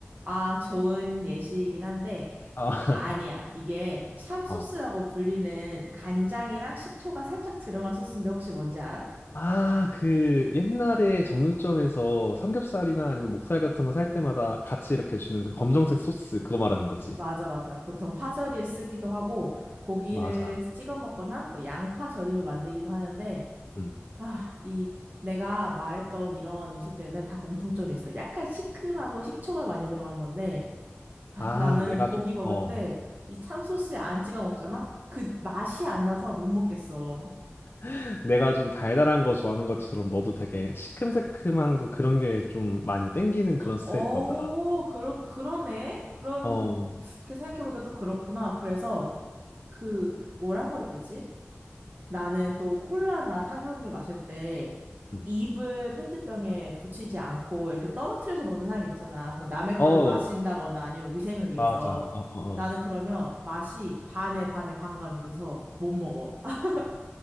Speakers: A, on the right (about 40°); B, on the left (about 50°).
A: 아, 좋은 예시이긴 한데
B: 아,
A: 아니야. 이게 참 소스라고
B: <laughs>
A: 불리는 간장이랑 식초가 살짝 들어간 소스인데 혹시 뭔지 알아?
B: 아, 그 옛날에 정육점에서 삼겹살이나 아니면 목살 같은 거 살 때마다 같이 이렇게 주는 그 검정색 소스 그거 말하는 거지.
A: 맞아, 맞아. 보통 파절이에 쓰기도 하고 고기를
B: 맞아.
A: 찍어 먹거나 뭐 양파 절임을 만들기도 하는데
B: 음.
A: 아, 이 내가 말했던 이런 음식들은 다 공통점이 있어. 약간 시큼하고 식초가 많이 들어간 건데 아,
B: 아,
A: 나는
B: 내가
A: 고기
B: 좀
A: 먹을
B: 어.
A: 때 이 참소스에 안 찍어 먹잖아? 그 맛이 안 나서 못 먹겠어.
B: <laughs> 내가 좀 달달한 거 좋아하는 것처럼 너도 되게 시큼새큼한 거 그런 게 좀 많이 땡기는 그런 스타일인가
A: 어,
B: 보다.
A: 그러, 그러네. 그런,
B: 어.
A: 이렇게 생각해보니까 또 그렇구나. 그래서 그, 뭐라고 해야 되지? 나는 또 콜라나 탄산음료 마실 때
B: 음.
A: 입을 페트병에 붙이지 않고 이렇게 떨어뜨려서 먹는 사람 있잖아. 뭐 남의 거를
B: 어,
A: 마신다거나 아니면 위생을 위해서.
B: 맞아. 어, 어,
A: 나는
B: 어.
A: 그러면 맛이 반에 반에 반감이 돼서 못 먹어. <laughs>